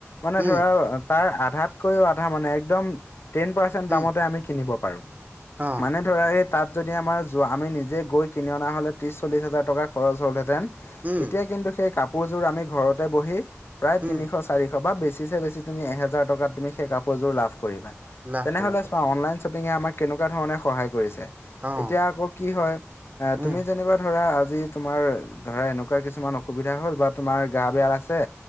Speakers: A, on the left; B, on the right.
A: মানে
B: উম
A: ধৰা আ তাৰ আধাতকৈও আধা মানে একদম টেন পাৰ্চেন্ট
B: উম
A: দামতে আমি কিনিব পাৰো
B: অ
A: মানে। ধৰা সেই তাত যদি আমাৰ যোৱা আমি নিজে গৈ কিনি অনা হ'লে ত্ৰিছ চল্লিশ হাজাৰ টকা খৰচ হ'লহেঁতেন।
B: উম
A: এতিয়া কিন্তু সেই কাপোৰযোৰ আমি ঘৰতে বহি প্ৰায়
B: উম
A: তিনিশচ চাৰিশ বা বেছিচে বেছি তুমি এহেজাৰ টকাত তুমি সেই কাপোৰ যোৰ লাভ কৰিবা
B: লাভ
A: তেনেহলে
B: কৰিব পাৰি
A: চোৱা অনলাইন শ্বপিঙে আমাক কেনেকুৱা ধৰণে সহায় কৰিছে।
B: অ
A: এতিয়া আকৌ কি হয় এ তুমি
B: উম
A: যেনিবা ধৰা আজি। তোমাৰ ধৰা এনেকুৱা কিছুমান অসুবিধা হ'ল বা তোমাৰ গা বেয়া আছে